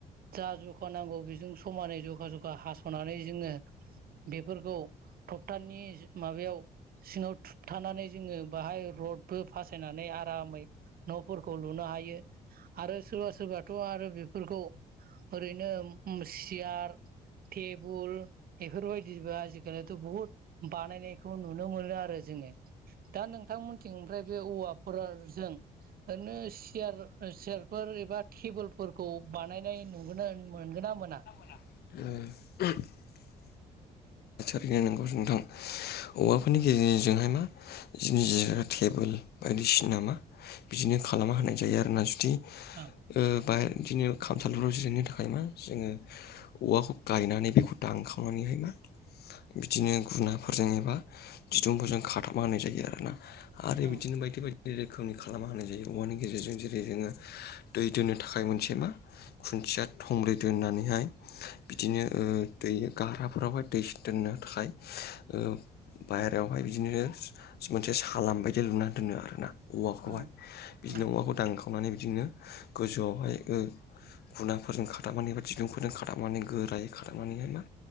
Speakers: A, on the right; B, on the left.
A: जा जखा नांगौ बेजों समानै जखा जखा हास'नानै जोङो बेफोरखौ थखथानि माबायाव सिङाव थुबथानानै जोङो बाहाय रडबो फासायनानै आरामै न'फोरखौ लुनो हायो। आरो सोरबा सोरबाथ' आरो बेफोरखौ ओरैनो ओम सियार टेबुल बेफोरबायदिबो आजिखालिथ' बुहुत बानायनायखौ नुनो मोनो आरो। जोङो दा नोंथांमोनथिं ओमफ्राय बे औवाफोरजों ओरैनो सियार सियारफोर एबा टेबोलफोरखौ बानायनाय नुगोना मोनगो ना मोना।
B: <unintelligible> बिदिनो नंगौ नोंथां औवाफोरनि गेजेरजोंहाय मा जोंनि जिरायग्रा टेबोल बायदि बिसिनामा बिदिनो खालामना होनाय जायो आरोना जुदि
A: ओं
B: ओ बाय बिदिनो खामसालिफोराव जिरायनो थाखायोना। जोङो औवाखौ गायनानै बेखौ दानखावनानैहाय मा बिदिनो गुनाफोरजों एबा दिदुंफोरजों खाथाबना होनाय जायो आरोना। आरो
A: ओं
B: बिदिनो बायदि बाय दि रोखोमनि खालामना होनाय जायो औवानि गेजेरजों जेरै जोङो दै दोननो थाखाय मोनसे मा खुन्थिया थंब्रै दोननानैहाय बिदिनो ओ दै गाराफोरावहाय दै दोननो थाखाय ओ बायहेरायावहाय बिदिनो मोनसे सालाम बायदि लुनानै दोनो आरो ना। औवाखौहाय
A: ओं
B: बिदिनो
A: ओं
B: औवाखौ दांखावनानै बिदिनो गोजौआवहाय ओ गुनाफोरजों खाथाबनानै एबा दिदुंफोरजों खथाबनानै गोरायै खाथाबनानै हाय मा